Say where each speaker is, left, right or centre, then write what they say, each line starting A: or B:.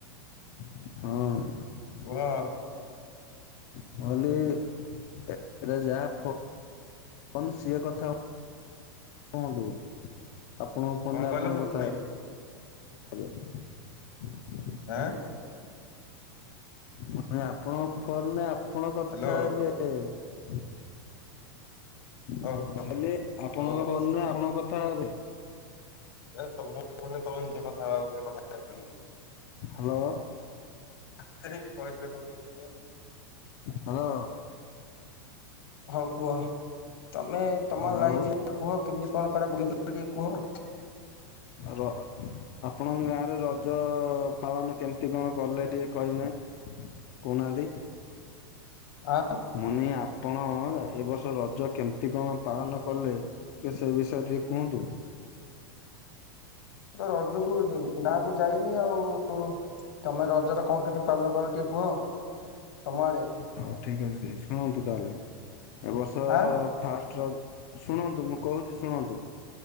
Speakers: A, on the left; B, on the left.
A: ହଁ।
B: କୁହ।
A: ମୁଁ କହିଲି ଏ ଏଟା ଯାହା ଫ ଫୋନ ସିଏ କଥା ହୁଅନ୍ତୁ ଆପଣଙ୍କ ଫୋନରେ
B: କଣ କହିଲ
A: ଆପଣଙ୍କ
B: ଶୁଭୁନି
A: କଥା <unintelligible>
B: ଆଁ?
A: ମୁଁ କହିଲି ଆପଣଙ୍କ ଫୋନ ରେ ଆପଣ କଥା
B: ହ୍ୟାଲୋ
A: ହେବେ। ମୁଁ
B: ହଉ
A: କହିଲି ଆପଣଙ୍କ
B: ହଉ ହଉ
A: ଫୋନ ଆପଣଙ୍କ କଥା ଥା ହେବେ।
B: ଏ ତମ ଫୋନ ରେ ତମେ ନିଜେ କଥା ହବ ଆଉ କେହି କଥା <unintelligible>
A: ହ୍ୟାଲୋ।
B: <unintelligible>
A: ହାଲୋ
B: ହଁ କୁହ ତମେ ତମ
A: ଆଉ
B: ଲାଇଫ ରେ କୁହ କେମିତି କଣ କୁଆଡେ ବୁଲିଥିଲ ଟିକେ କୁହ?
A: ରଅ ଆପଣଙ୍କ ଗାଁରେ ରଜ ପାଳନ କେମତି କଣ କଲେ ଟିକେ କହିବେ? କହୁ ନାହାନ୍ତି।
B: ଅ
A: ମୁନି ଆପଣ ଏ ବର୍ଷ ରଜ ଜ କେମିତି କଣ ପାଳନ କଲେ ଟିକେ ସେ ବିଷୟ ରେ ଟିକେ କୁହନ୍ତୁ।
B: ତ ରଜକୁ ଜି ଗାଁକୁ ଯାଇନି ଆଉ ଉ ତମେ ରଜରେ କଣ କେନ୍ତି ପାଳନ କର ଟିକେ କୁହ। ତମ ଆଡେ
A: ହଉ ଠିକ ଅଛି ଦ ଶୁଣନ୍ତୁ ତାହେଲେ। ଏବ ବର୍ଷ
B: ଆ
A: ଫାଷ୍ଟର ଶୁଣନ୍ତୁ ମୁଁ କହୁଛି ଶୁଣନ୍ତୁ।